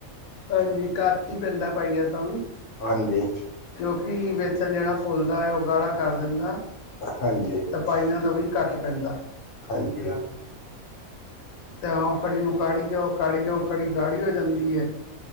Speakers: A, on the left; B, on the left.
A: ਹਾਂਜੀ ਘੱਟ ਹੀ ਪੈਂਦਾ ਪਾਈ ਤਾਂ
B: ਹਾਂਜੀ
A: ਕਿਉਕਿ ਵੇਤਨ ਜਿਹੜਾ ਫੁੱਲਦਾ ਹੈ ਉਹ ਗਾੜਾ ਕਰ ਦਿੰਦਾ
B: ਹਾਂਜੀ
A: ਤਾਂ ਪਾਈਆਂ ਦਾ ਵੀ ਘੱਟ ਪੈਂਦਾ
B: ਹਾਂਜੀ
A: ਤੇ ਆ ਕੜੀ ਨੂੰ ਕਾੜੀ ਜਾਓ ਕਾੜੀ ਜਾਓ ਕੜੀ ਗਾੜੀ ਹੋ ਜਾਂਦੀ